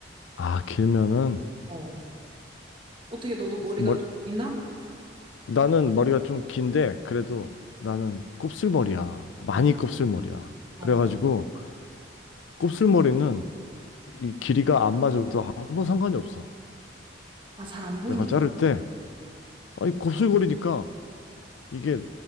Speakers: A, on the left; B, on the right.
A: 아, 길면은
B: 어 어떻게 너도 머리가
A: 뭐,
B: 좀 기나?
A: 나는 머리가 좀 긴데 그래도 나는 곱슬머리야. 많이
B: 어, 어.
A: 곱슬머리야.
B: 어.
A: 그래가지고 곱슬머리는 이 길이가 안 맞아도 아무 상관이 없어.
B: 아, 잘 안 보이니까.
A: 내가 자를 때 아니 곱슬거리니까 이게